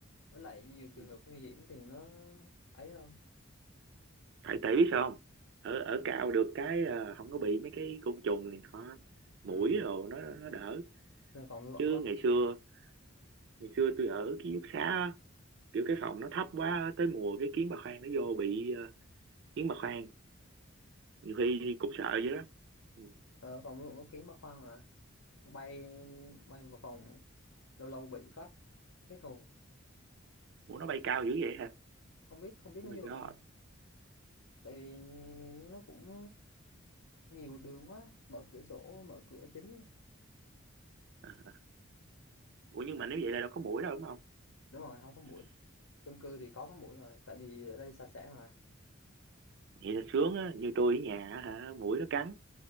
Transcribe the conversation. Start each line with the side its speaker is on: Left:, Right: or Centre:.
Left: với lại nhiều
Right: ừ.
Left: trường hợp nguy hiểm thì nó ấy hơn
Right: tại tại biết sao không ở ở cao được cái ờ, không có bị mấy cái côn trùng này nọ
Left: ừ.
Right: muỗi rồi nó nó đỡ
Left: Nên phòng tôi vẫn
Right: chứ
Left: có
Right: ngày xưa ngày xưa tôi ở ký túc xá á, kiểu cái phòng nó thấp quá tới mùa cái kiến bà khoang nó vô bị ờ, kiến bà khoang nhiều khi cũng sợ vậy đó ừ.
Left: ở phòng nó cũng có kiến ba khoang mà nó bay bay vào phòng lâu lâu bị phát hết hồn
Right: ủa nó bay cao dữ vậy hả
Left: không biết không biết nó
Right: oh my
Left: vô
Right: god
Left: kiểu gì tại vì nó cũng nhiều đường quá mở cửa sổ mở cửa chính
Right: À, à. ủa nhưng mà nếu vậy là đâu có muỗi đâu đúng không
Left: đúng rồi không có mũi chung cư thì có có mũi rồi tại vì ở đây sạch sẽ mà
Right: vậy là sướng á như tôi ở nhà á hả muỗi nó cắn